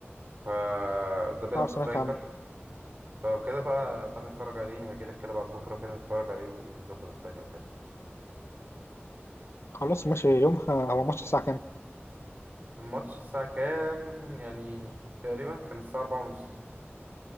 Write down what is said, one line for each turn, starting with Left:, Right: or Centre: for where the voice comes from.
Right: فده بيلعب
Left: اه سمعت
Right: سترايكر
Left: عنه
Right: فلو كده بقى تعالى نتفرج عليه هجيلك كده بعد بكرة كده نتفرج عليه ونظبط الدنيا وكده
Left: خلاص ماشي يومها هو ماتش الساعة كام؟
Right: الماتش الساعة كام يعني تقريبا كان الساعة أربعة ونص